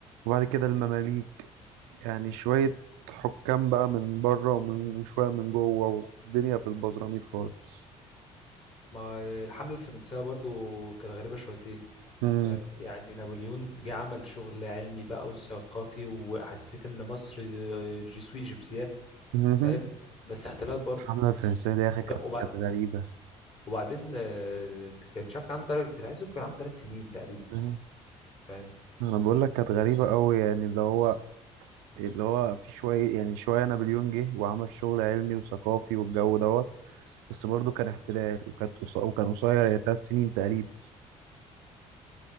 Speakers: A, on the right (about 85°); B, on the left (about 40°).
A: وبعد كده المماليك يعني شوية حكام بقى من بره ومن وشوية من جوه والدنيا في البزراميط خالص
B: ما الحمله الفرنسيه برضو كانت غريبه شويتين
A: مهم.
B: فاهم يعني نابليون جه عمل شغل علمي بقى وثقافي وحسيت ان مصر جي سوي ايجيبسياه
A: مهم.
B: فاهم بس احتلال
A: الحملة الفرنسية دي يا أخي
B: برضه
A: كانت كانت غريبة
B: وبعدين آه، كان مش عارف كان عنده تلات- كنت عايزه كان عنده ثلاث سنين تقريبا
A: مم.
B: فاهم
A: أنا بقول لك كانت غريبة أوي يعني اللي هو اللي هو في شوية يعني شوية نابليون جه وعمل شغل علمي وثقافي والجو دوت بس برضه كان احتلال وكانت قص- وكان قصير يعني تلات سنين تقريبا